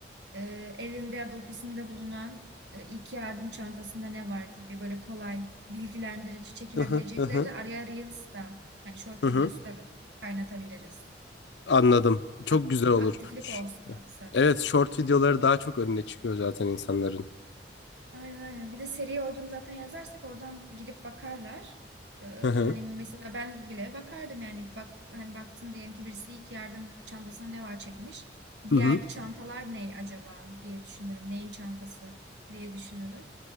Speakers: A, on the right; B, on the left.
A: e, evimde ya da ofisimde bulunan e, ilk yardım çantasında ne var gibi böyle kolay bilgilendirici çekilebilecekleri
B: Hı hı hı hı.
A: de araya Reels da hani short
B: Hı
A: videosu
B: hı.
A: da kaynatabiliriz.
B: Anladım. Çok
A: Ak-
B: güzel olur.
A: aktiflik
B: Ş-
A: olsun maksat.
B: Evet, short videoları daha çok önüne çıkıyor zaten insanların.
A: Aynen aynen. Bir de seri olduğunu zaten yazarsak oradan girip bakarlar. Ee,
B: <laughs>
A: hani mesela ben bile bakardım yani bak hani baktın diyelim ki birisi ilk yardım çantasına ne var çekmiş. Diğer
B: Hı hı.
A: çantalar ne acaba diye düşünürüm. Neyin çantası diye düşünürüm.